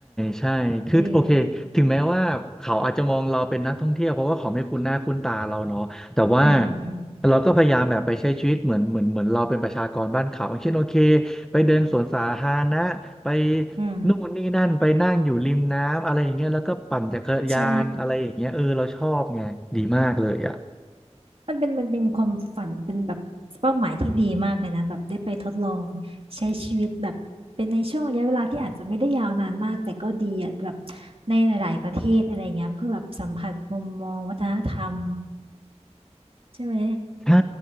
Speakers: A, in the centre; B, on the right.
A: ใช่คือโอเคถึงแม้ว่าเขาอาจจะมองเราเป็นนักท่องเที่ยวเพราะว่าเขาไม่คุ้นหน้าคุ้นตาเราเนาะแต่ว่า
B: เอออืมอืมอืม
A: เราก็พยายามแบบไปใช้ชีวิตเหมือนเหมือนเหมือนเราเป็นประชากรบ้านเขาอย่างเช่นโอเค ไปเดินสวนสาธารณะไป
B: อืม
A: นู่นนี่นั่นไปนั่งอยู่ริมน้ำอะไรอย่างเงี้ยแล้วก็ปั่นจักรยานอะไรอย่างเงี้ยเออเราชอบไงดีมากเลยอ่ะ
B: ใช่ มันเป็นมันเป็นความฝันเป็นแบบเป้าหมายที่ดีมากเลยนะแบบได้ไปทดลองใช้ชีวิตแบบเป็นในช่วงระยะเวลาที่อาจจะไม่ได้ยาวนานมากแต่ก็ดีอ่ะแบบในหลายๆประเทศอะไรเงี้ยเพื่อแบบสัมผัสมุมมองวัฒนธรรมใช่ไหม
A: ใช่